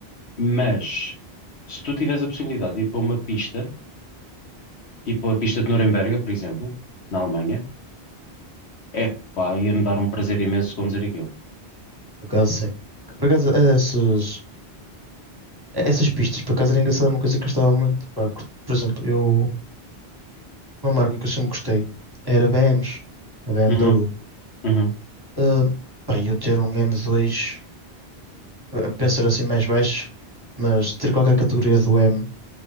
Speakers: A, on the left; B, on the right.
A: mas se tu tiveres a possibilidade de ir para uma pista, tipo a pista de Nuremberg, por exemplo, na Alemanha, é pá, ia-me dar um prazer imenso conduzir aquilo.
B: por acaso sim. Por acaso, eh, essas, essas pistas, por acaso era engraçado, uma coisa que eu gostava muito. Pá, cur- por exemplo, eu, uma marca que eu sempre gostei era BMs, a BMW.
A: Uhum, uhum,
B: Ah, pá, eu ter um M2, eh, pensar assim mais baixo, mas ter qualquer categoria do M,